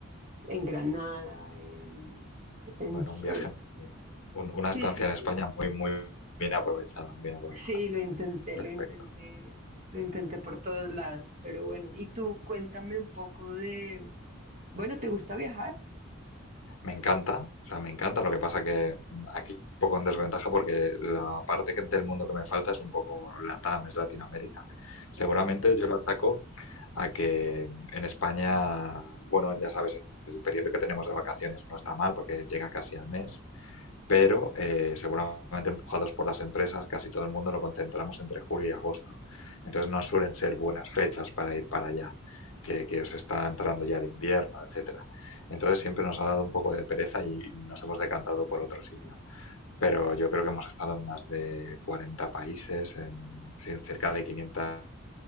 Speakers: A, on the right; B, on the left.
A: en Granada, en, en-
B: Bueno, un viaje,
A: eh,
B: muy- un- una
A: sí,
B: estancia
A: sí, sí,
B: en España muy, muy bien aprovechada, muy bien aprovechada.
A: sí, lo intenté,
B: Perfecto.
A: lo intenté, lo intenté por todos lados, pero bueno, y tú cuéntame un poco de, bueno, ¿te gusta viajar?
B: Me encanta, o sea, me encanta. Lo que pasa que mm, aquí un poco en desventaja porque la parte que- del mundo que me falta es un poco LATAM, es Latinoamérica. Seguramente
A: Claro,
B: yo lo achaco a que en España, bueno, ya sabes, el periodo que tenemos de vacaciones no está mal porque llega casi al mes, pero eh, seguramente empujados por las empresas, casi todo el mundo lo concentramos entre julio y agosto. Entonces no suelen ser buenas fechas para ir para allá, que, que os está entrando ya el invierno, etcétera. Entonces siempre nos ha dado un poco de pereza y nos hemos decantado por otro sitio. Pero yo creo que hemos estado en más de 40 países, en, sí, en cerca de 500